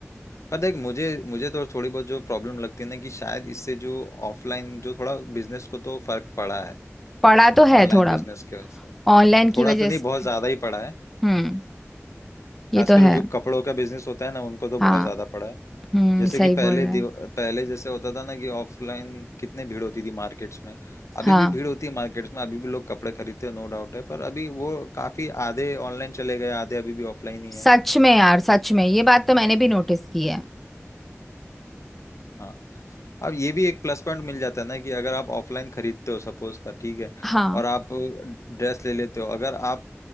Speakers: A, on the left; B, in the centre.
A: पर देख मुझे मुझे तो थोड़ी बहुत जो प्रॉब्लम लगती है ना कि शायद इससे जो ऑफलाइन जो थोड़ा बिजनेस को तो फर्क पड़ा है
B: पढ़ा तो है
A: ऑनलाइन
B: थोड़ा
A: बिजनेस की वजह से
B: ऑनलाइन
A: थोड़ा
B: की वजह
A: तो नहीं
B: से
A: बहुत ज्यादा ही पड़ा है
B: हम्म ये
A: खासकर
B: तो है
A: जो कपड़ों का बिजनेस होता है ना उनको तो बहुत
B: हाँ
A: ज्यादा पड़ा है
B: हम्म
A: जैसे
B: सही
A: कि पहले
B: बोल रहे
A: दिव-
B: हैं
A: पहले जैसे होता था ना कि ऑफलाइन कितनी भीड़ होती थी मार्केट्स में
B: हाँ
A: अभी भी भीड़ होती है मार्केट्स में अभी भी लोग कपड़े खरीदते हैं नो डाउट है पर अभी वो काफी आधे ऑनलाइन चले गए आधे अभी भी ऑफलाइन ही
B: सच
A: है
B: में यार सच में ये बात तो मैंने भी नोटिस की है
A: हाँ अब ये भी एक प्लस पॉइंट मिल जाता है ना कि अगर आप ऑफलाइन खरीदते हो सपोज कर ठीक है
B: हाँ
A: और आप ड्रेस ले लेते हो अगर आप